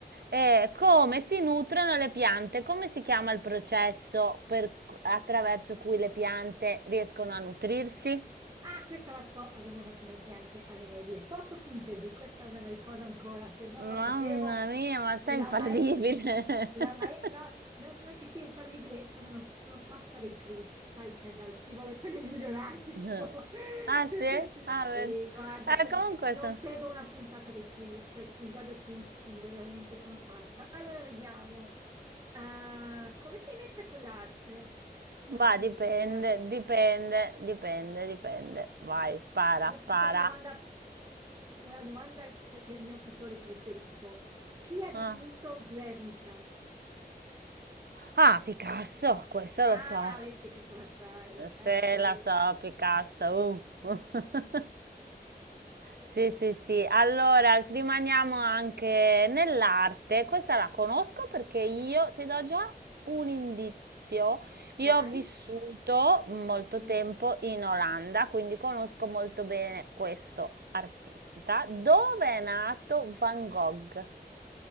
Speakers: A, on the right; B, on the right.
A: Eh, come si nutrono le piante? Come si chiama il processo per- attraverso cui le piante riescono a nutrirsi?
B: Ah, questa la so, avevo un'ottima insegnante alle medie. Fotosintesi, questa me la ricordo ancora, se non la
A: Mamma
B: sapevo,
A: mia, ma sei
B: la
A: infallibile!
B: mae...
A: <laughs>
B: La mae... No, no- non è che sia infallibile, sono, una- sono pazza dei quiz, sai, cioè dal chi vuole essere milionario.
A: <laughs>
B: <laughs>
A: Ah
B: Cioè,
A: sì?
B: sì, sì,
A: Ah, vedi.
B: sì, guarda,
A: Eh,
B: cioè, no,
A: comunque,
B: non
A: se-
B: perdo una puntata dei quiz, cioè, ne guardo tutti, veramente, sono pazza. Allora, vediamo. Ah, come sei messa con l'arte? Con la
A: va,
B: pittura?
A: dipende, dipende, dipende, dipende. Vai, spara,
B: Adesso
A: spara.
B: ti faccio una domanda, una domanda perché è il mio pittore preferito. Chi ha dipinto
A: Ah.
B: Guernica?
A: Ah, Picasso, questo
B: Ah,
A: lo so.
B: vedi che questa la sai. Ok,
A: Se la so, Picasso. uh. <laughs> Sì, sì, sì. Allora, s- rimaniamo anche nell'arte. Questa la conosco perché io ti do già un indizio.
B: vai.
A: Io ho vissuto molto
B: Sì,
A: tempo in Olanda, quindi conosco molto bene questo artista. Dove è nato Van Gogh?